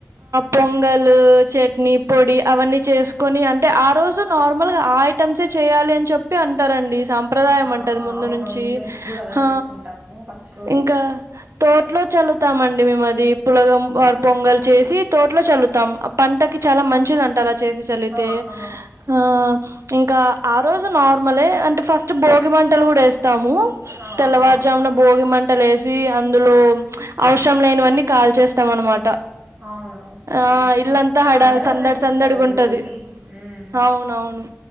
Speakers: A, on the right; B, on the right.
A: పొంగలు చట్నీ పొడి అవన్నీ చేసుకొని అంటే ఆ రోజు నార్మల్ గా ఆ ఐటమ్స్సే చేయాలి అని చెప్పి అంటారండి సాంప్రదాయం
B: ఆ!
A: అంటరు
B: ఆ!
A: ముందు
B: అవునవును.
A: నుంచి
B: మేము గూడా అలానే
A: ఆ
B: చేసుకుంటాము ఫస్ట్ రోజు
A: ఇంకా తోటలో చల్లుతాము అండి మేము అది పొంగల్ చేసి తోటలో చల్తాం పంటకి చాలా మంచిది అంట అలా చేసి చల్లితే
B: ఆ! ఆ!
A: హా ఇంకా ఆ రోజు నార్మలే అంటే ఫస్ట్ భోగిమంట లు కూడా వేస్తాము
B: ఆ!
A: తెల్లవారుజామున
B: ఆ!
A: భోగి మంటలు వేసి అందులో ప్చ్ అవసరం లేనివన్ని కాల్చేస్తారు అన్నమాట
B: అవును. హ్మ్.
A: ఆ హడావిడి
B: అందరూ
A: సందడి
B: అలానే చేస్తారు
A: సందడడి
B: కదా!
A: గా ఉంటది
B: భోగి. హ్మ్.
A: అవునవును